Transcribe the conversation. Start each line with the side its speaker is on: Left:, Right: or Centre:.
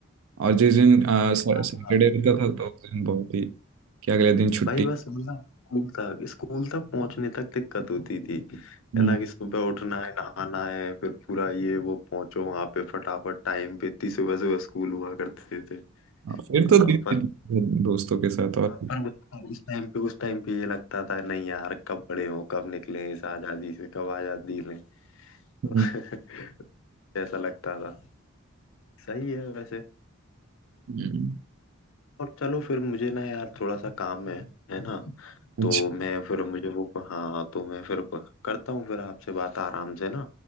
Right: और जिस दिन आ, सै-
Left: हाँ,
Right: सैटरडे
Left: हाँ,
Right: रहता था तो उस दिन बहुत ही कि अगले दिन छुट्टी
Left: भाई बस मतलब स्कूल तक स्कूल तक पहुंचने तक दिक्कत होती थी
Right: हम्म
Left: है ना कि सुबह उठना है नहाना है फिर पूरा ये वो पहुंचो वहां पे फटाफट टाइम पे इतनी सुबह सुबह स्कूल हुआ करते थे
Right: हाँ,
Left: हाँ,
Right: फिर तो दिन
Left: पर
Right: दिन दोस्तों के साथ और
Left: पर उस उस टाइम पे उस टाइम पे ये लगता था नहीं यार कब बड़े हो कब निकले इस आजादी से कब आजादी लें <laughs>
Right: हम्म
Left: ऐसा लगता था सही है वैसे
Right: हम्म।
Left: और चलो फिर मुझे ना यार थोड़ा सा काम है है ना
Right: अच्छा
Left: तो मैं फिर मुझे वो हाँ तो मैं फिर करता हूँ फिर आपसे बात आराम से ना